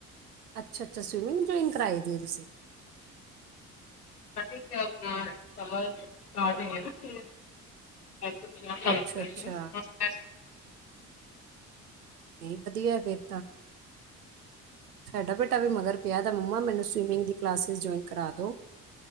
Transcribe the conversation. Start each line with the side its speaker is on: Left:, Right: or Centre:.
Right: ਅੱਛਾ ਅੱਛਾ ਸਵਿਮਿੰਗ ਜੁਆਇਨ ਕਰਵਾਈ ਦੀ ਹੈ ਤੁਸੀਂ
Left: <inaudible> <inaudible> <inaudible>
Right: ਅੱਛਾ ਅੱਛਾ, ਇਹ ਵਧੀਆ ਤਾਂ। ਸਾਡਾ ਬੇਟਾ ਵੀ ਮਗਰ ਪਿਆ ਤਾਂ ਮੰਮਾ ਮੈਨੂੰ ਸਵੀਮਿੰਗ ਦੀ ਕਲੱਸੇਸ ਜੁਆਇਨ ਕਰਾ ਦਿਉ।